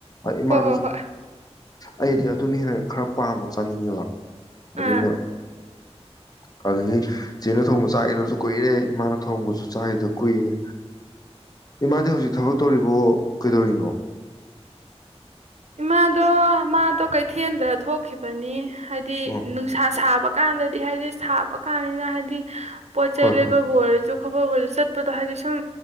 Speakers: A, on the left; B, on the right.
A: ꯏꯃꯥꯗꯁꯨ
B: ꯍꯣꯏ ꯍꯣꯏ ꯍꯣꯏ
A: ꯑꯩꯗꯤ ꯑꯗꯨ ꯅꯅꯦ ꯈꯔ ꯄꯥꯝꯅ ꯆꯥꯅꯤꯡꯉꯦꯕ ꯑꯗꯨꯅ
B: ꯑꯥ
A: ꯀ ꯏꯦꯅ ꯊꯣꯡꯕ ꯆꯥꯒꯦꯗꯁꯨ ꯀꯨꯏꯔꯦ ꯏꯃꯥꯅ ꯊꯣꯡꯕꯁꯨ ꯆꯥꯏꯒꯦꯗ ꯀꯨꯏꯔꯦ ꯏꯃꯥꯗꯤ ꯍꯧꯖꯤꯛ ꯊꯕꯛ ꯇꯧꯔꯤꯕꯣ ꯀꯩꯗꯧꯔꯤꯅꯣ
B: ꯏꯃꯥꯗꯣ ꯃꯥꯗꯣ ꯀꯩꯊꯦꯜꯗ ꯊꯣꯛꯈꯤꯕꯅꯤ ꯍꯥꯏꯗꯤ
A: ꯑꯣ
B: ꯅꯨꯡꯁꯥ ꯁꯥꯕ ꯀꯥꯟꯗꯗꯤ ꯍꯥꯏꯗꯤ ꯁꯥꯕ ꯀꯥꯟꯅꯤꯅ ꯍꯥꯏꯗꯤ ꯄꯆꯥꯏ
A: ꯍꯣꯏ
B: ꯂꯩꯕ
A: ꯍꯣꯏ
B: ꯕꯔꯁꯨ ꯈꯣꯕꯁꯨ ꯆꯠꯄꯗꯣ ꯍꯥꯏꯗꯤ ꯁꯨꯝ